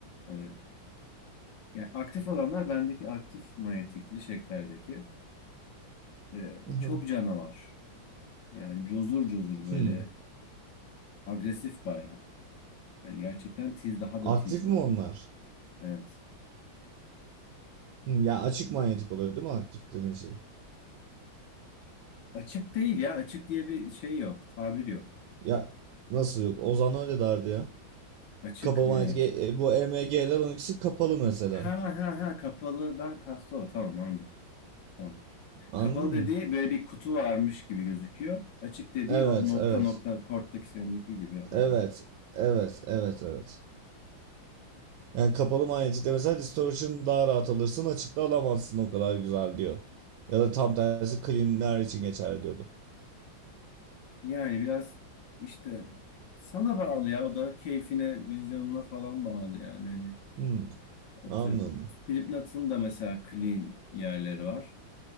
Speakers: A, on the left; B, on the right.
A: e, yani aktif alanlar bendeki aktif manyetikli şeklerdeki e,
B: aha,
A: çok canavar. Yani cozur cozur böyle
B: hmm.
A: agresif bayağı. Yani gerçekten tiz daha
B: Aktif
A: da tiz böyle.
B: mi onlar?
A: Evet.
B: Hmm, Ya açık manyetik oluyor değil mi aktif dediğin şey?
A: Açık değil ya. Açık diye bir şey yok. Tabir yok.
B: Ya nasıl yok? Ozan öyle derdi ya.
A: Açık
B: Kapalı
A: manyetik.
B: manyetik e, e, bu EMG'ler ikisi kapalı mesela.
A: Ha ha ha kapalıdan kastı o. Tamam anladım. Tamam.
B: Anladın
A: Kapalı dediği
B: mı?
A: böyle bir kutu varmış gibi gözüküyor. Açık dediği
B: Evet,
A: o nokta
B: evet.
A: nokta korttaki sendeki gibi olan.
B: Evet, evet, evet, evet. Yani kapalı manyetikte mesela distortion daha rahat alırsın. Açıkta alamazsın o kadar güzel diyor. Ya da tam tersi cleanler için geçerli diyordu.
A: Yani biraz işte sana bağlı ya o da keyfine, vizyonuna falan bağlı yani hani
B: Hmm,
A: atıyorum.
B: anladım.
A: Slipknot'un da mesela clean yerleri var.